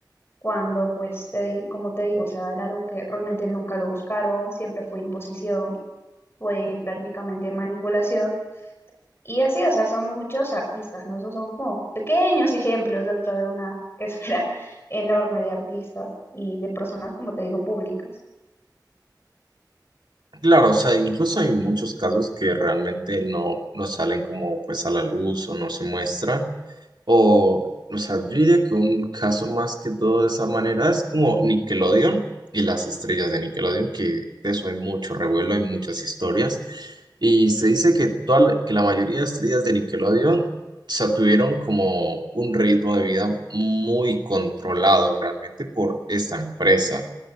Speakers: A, on the left; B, on the right.
A: cuando pues te di- como te digo, o sea, era algo que realmente nunca lo buscaron, siempre fue imposición, fue prácticamente manipulación y así, o sea, son muchos artistas, ¿no? Esos son como pequeños ejemplos dentro de una <laughs> esfera enorme de artistas y de personas, como te digo, públicas.
B: Claro, o sea, incluso hay muchos casos que realmente no, no salen como pues a la luz o no se muestran O, o sea, yo diría que un caso más que todo de esa manera es como Nickelodeon y las estrellas de Nickelodeon, que de eso hay mucho revuelo, hay muchas historias. Y se dice que, toda la, que la mayoría de estrellas de Nickelodeon, o sea, tuvieron como un ritmo de vida muy controlado realmente por esta empresa.